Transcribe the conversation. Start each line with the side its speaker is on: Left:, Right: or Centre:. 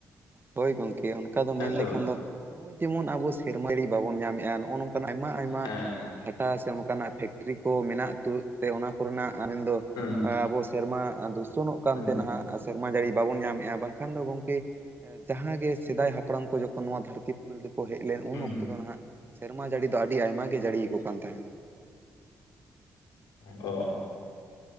Right: ᱦᱳᱭ ᱜᱚᱢᱠᱮ ᱚᱱᱠᱟ ᱫᱚ ᱢᱮᱱ
Left: ᱦᱮᱸ ᱥᱮ
Right: ᱞᱮᱠᱷᱟᱱ
Left: ᱵᱟᱝ
Right: ᱫᱚ ᱱᱚᱜ-ᱚᱭ ᱡᱮᱢᱚᱱ ᱟᱵᱚ ᱥᱮᱨᱢᱤ ᱵᱟᱵᱚᱱ ᱧᱟᱢᱮᱫ-ᱟ ᱱᱚᱜ-ᱚ ᱱᱚᱝᱠᱟ ᱚᱱᱠᱟᱱᱟᱜ ᱟᱭᱢᱟ ᱟᱭᱢᱟ
Left: ᱦᱮᱸ ᱦᱮᱸ
Right: ᱵᱷᱟᱴᱟ ᱥᱮ ᱚᱱᱠᱟᱱᱟᱜ ᱯᱷᱮᱠᱴᱨᱤ ᱠᱚ ᱢᱮᱱᱟᱜ ᱛᱮ ᱚᱱᱟ ᱠᱚᱨᱮᱱᱟᱜ ᱢᱮᱱᱫᱚ
Left: ᱦᱩᱸ
Right: ᱟᱵᱚ ᱥᱮᱨᱢᱟ ᱫᱩᱥᱚᱱᱚᱜ ᱠᱟᱱᱛᱮ
Left: ᱦᱩᱸ ᱦᱩᱸ
Right: ᱱᱟᱦᱟᱜ ᱥᱮᱨᱢᱟ ᱡᱟᱹᱲᱤ ᱵᱟᱵᱚᱱ ᱧᱟᱢᱮᱫ-ᱟ ᱵᱟᱝᱠᱷᱟᱱ ᱫᱚ ᱜᱚᱢᱠᱮ ᱡᱟᱦᱟᱸ ᱜᱮ ᱥᱮᱫᱟᱭ ᱦᱟᱯᱲᱟᱢ ᱠᱚ ᱡᱚᱠᱷᱚᱱ ᱱᱚᱣᱟ ᱫᱷᱟᱹᱨᱛᱤ ᱯᱩᱨᱤ ᱨᱮᱠᱚ ᱦᱮᱡ ᱞᱮᱱ ᱩᱱ ᱚᱠᱛᱚ
Left: ᱦᱩᱸ
Right: ᱫᱚ ᱱᱟᱦᱟᱜ ᱥᱮᱨᱢᱟ ᱡᱟᱹᱲᱤ ᱫᱚ ᱟᱹᱰᱤ ᱟᱭᱢᱟ ᱜᱮ ᱡᱟᱹᱲᱤᱭᱟᱠᱚ ᱠᱟᱱ ᱛᱟᱦᱮᱱᱟ
Left: ᱚ